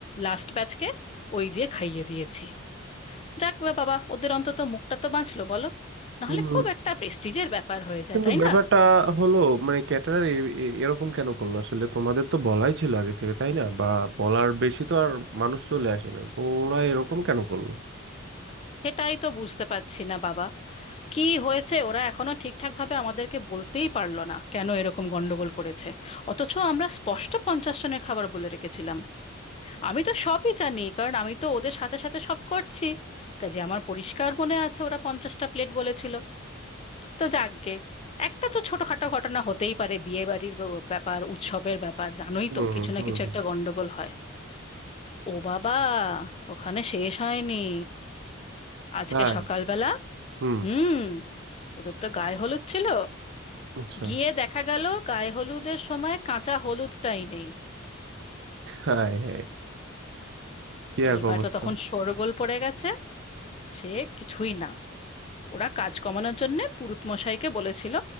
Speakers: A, on the left (about 30°); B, on the right (about 60°).
A: লাস্ট ব্যাচকে ওই দিয়ে খাইয়ে দিয়েছি যাক বা বাবা ওদের অন্তত মুখটা তো বাঁচলো বলো নাহলে
B: হুম
A: খুব একটা প্রেস্টিজের ব্যাপার হয়ে যায়
B: কিন্তু
A: তাই
B: ব্যাপারটা
A: না
B: হলো মানে ক্যাটারার এরকম কেন করলো আসলে তোমাদের তো বলাই ছিল আগে থেকে তাই না বা বলার বেশি তো আর মানুষ চলে আসে না তো ওরা এরকম কেন করলো
A: সেটাই তো বুঝতে পারছি না বাবা কি হয়েছে ওরা এখনো ঠিকঠাকভাবে আমাদেরকে বলতেই পারলো না কেন এরকম গন্ডগোল করেছে অথচ আমরা স্পষ্ট পঞ্চাশ জনের খাবার বলে রেখেছিলাম আমি তো সবই জানি কারণ আমি তো ওদের সাথে সাথে সব করছি কাজে আমার পরিষ্কার মনে আছে ওরা পঞ্চাশটা প্লেট বলেছিল তো যাকগে একটা তো ছোটখাটো ঘটনা হতেই পারে বিয়ে বাড়ির ব- ব্যাপার উৎসবের ব্যাপার জানোই
B: হুম
A: তো কিছু
B: হুম
A: না কিছু
B: হুম।
A: একটা গন্ডগোল হয় ও বাবা ওখানে শেষ হয়নি আজকে
B: তাই
A: সকালবেলা
B: হুম
A: হুম ওদের তো গায়ে হলুদ ছিল
B: আচ্ছা
A: গিয়ে দেখা গেল গায়ে হলুদের সময় কাঁচা হলুদটাই নেই
B: হাই হাই কি
A: এইবার
B: এক অবস্থা
A: তো তখন শোরগোল পড়ে গেছে সে কিছুই না ওরা কাজ কমানোর জন্যে পুরুত মশাইকে বলেছিল